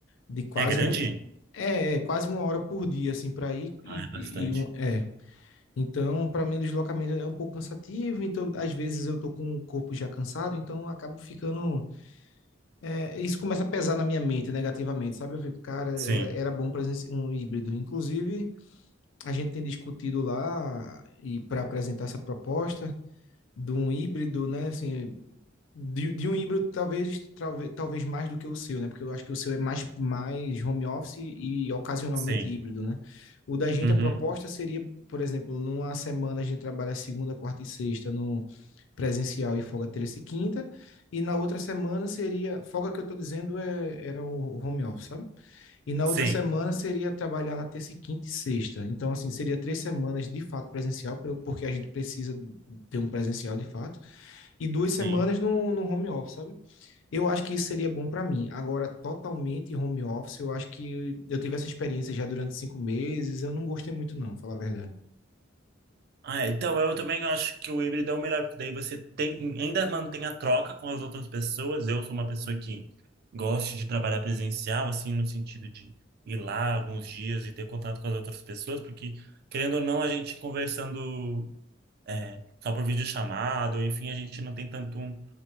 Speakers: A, on the left; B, on the right.
A: de quase
B: É grande?
A: um, é, é, quase uma hora por dia, assim, para ir e,
B: Ah, é bastante.
A: e- e um, é. Então, para mim, o deslocamento é um pouco cansativo. Então, às vezes eu tô com o corpo já cansado, então eu acabo ficando. é, isso começa a pesar na minha mente negativamente, sabe? Eu fico, cara, era,
B: Sim,
A: era bom presença um híbrido, inclusive a gente tem discutido lá e para apresentar essa proposta de um híbrido, né? Assim, de, de, um híbrido talvez, talvez talvez mais do que o seu, né? Porque eu acho que o seu é mais mais home office e ocasionalmente
B: sim.
A: híbrido, né? O da gente
B: Uhum.
A: a proposta seria, por exemplo, numa semana a gente trabalha segunda, quarta e sexta no presencial e folga terça e quinta, e na outra semana seria folga que eu estou dizendo é, era o home office, sabe? E na
B: Sim,
A: outra semana seria trabalhar na terça, e quinta e sexta. Então, assim, seria três semanas de fato presencial, pelo- porque a gente precisa ter um presencial de fato, e duas
B: sim.
A: semanas no, no home office, sabe? Eu acho que isso seria bom para mim. Agora, totalmente home office, eu acho que eu tive essa experiência já durante cinco meses, eu não gostei muito, não, falar a verdade.
B: Ah, é, então eu também acho que o híbrido é o melhor, porque daí você tem, ainda mantém a troca com as outras pessoas. Eu sou uma pessoa que gosto de trabalhar presencial, assim, no sentido de ir lá alguns dias e ter contato com as outras pessoas, porque, querendo ou não, a gente conversando é, só por videochamada, ou enfim, a gente não tem tanto um-